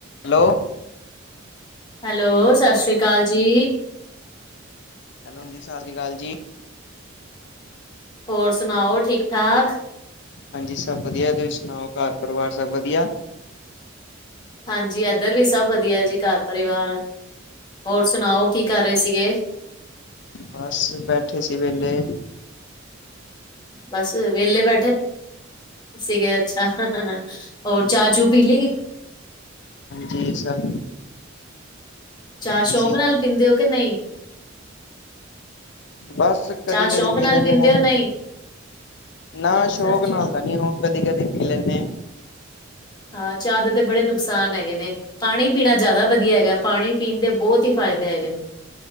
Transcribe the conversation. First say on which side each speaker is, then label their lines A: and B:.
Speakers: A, on the left (about 60°); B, on the left (about 20°).
A: Hello,
B: hello, ਸਸ ਰੀ ਕਾਲ ਜੀ।
A: ਹੈਲੋ ਜੀ, ਸਸ ਰੀ ਕਾਲ ਜੀ।
B: ਹੋਰ ਸੁਣਾਓ, ਠੀਕ- ਠਾਕ।
A: ਹਾਂਜੀ ਸਭ ਵਧੀਆ, ਤੁਸੀਂ ਸੁਣਾਓ, ਘਰ ਪਰਿਵਾਰ ਸਭ ਵਧੀਆ।
B: ਹਾਂਜੀ, ਇੱਧਰ ਵੀ ਸਭ ਵਧੀਆ ਜੀ ਘਰ ਪਰਿਵਾਰ, ਹੋਰ ਸੁਣਾਓ ਕੀ ਕਰ ਰਹੇ ਸੀਗੇ।
A: ਬਸ ਬੈਠੇ ਸੀ ਵਿਹਲੇ।
B: ਬਸ ਵਿਹਲੇ ਬੈਠੇ ਸੀਗੇ ਅੱਛਾ, ਹੋਰ ਚਾਹ ਚੂ ਪੀ ਲੀ ਗੀ।
A: ਜੀ ਸਭ
B: ਚਾਹ
A: ਵਧੀਆ
B: ਸੋਕ
A: ਸੀ
B: ਨਾਲ ਪੀਂਦੇ ਹੋ, ਕਿ ਨਹੀਂ।
A: ਬਸ ਕਦੀ-ਕਦੀ
B: ਚਾਹ ਸ਼ੌਕ
A: ਪੀ
B: ਨਾਲ
A: ਲੈਂਦੇ
B: ਪੀਂਦੇ
A: ਆਂ,
B: ਹੋ ਨਹੀਂ?
A: ਨਾ
B: ਅੱਛਾ
A: ਸ਼ੌਕ
B: ਅੱਛਾ,
A: ਨਾਲ ਦਾ ਨੀ ਹੋ ਕਦੀ- ਕਦੀ ਪੀ ਲੈਨੇ ਆਂ।
B: ਹਾਂ, ਚਾਹ ਦੇ ਤੇ ਬੜੇ ਨੁਕਸਾਨ ਹੈਗੇ ਨੇ। ਪਾਣੀ ਪੀਣਾ ਜ਼ਿਆਦਾ ਵਧੀਆ ਹੈਗਾ, ਪਾਣੀ ਪੀਣ ਦੇ ਬਹੁਤ ਹੀ ਫ਼ਾਇਦੇ ਹੈਗੇ ਨੇ।